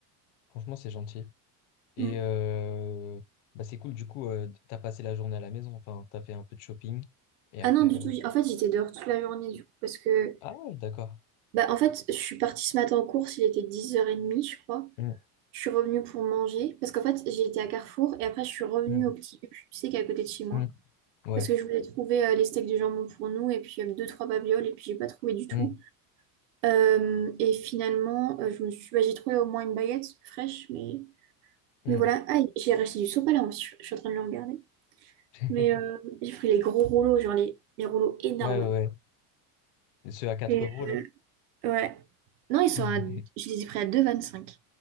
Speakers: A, on the left (about 50°); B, on the right (about 80°).
A: franchement, c'est gentil. Et
B: Mm.
A: euh, bah, c'est cool, du coup, euh, t'as passé la journée à la maison, enfin, t'as fait un peu de shopping, et
B: Ah
A: après...
B: non, du
A: euh,
B: tout. j'- En fait, j'étais dehors toute la journée du coup parce que
A: Ah ouais, d'accord.
B: bah en fait, je suis partie ce matin en course, il était 10h30, je crois.
A: Hmm,
B: Je suis revenue pour manger parce qu'en fait, j'ai été à Carrefour et après je suis revenue
A: hmm,
B: au petit U, tu sais, qui est à côté de chez moi.
A: hmm. Ouais.
B: Parce que je voulais trouver euh, les steaks de jambon pour nous et puis euh, deux, trois babioles et puis j'ai pas trouvé du tout.
A: Hmm,
B: Euh, et finalement, euh, je me suis, bah, j'ai trouvé au moins une baguette fraîche, mais,
A: hmm.
B: mais voilà. Ah, j'ai racheté du sopalin aussi, je, je suis en train de le regarder.
A: <laughs>
B: Mais euh, j'ai pris les gros rouleaux, genre les, les rouleaux énormes.
A: Ouais, ouais, Et Ceux à 4
B: Et
A: euros, là.
B: ouais. Non, ils sont
A: <laughs>
B: à, je les ai pris à deux vingt cinq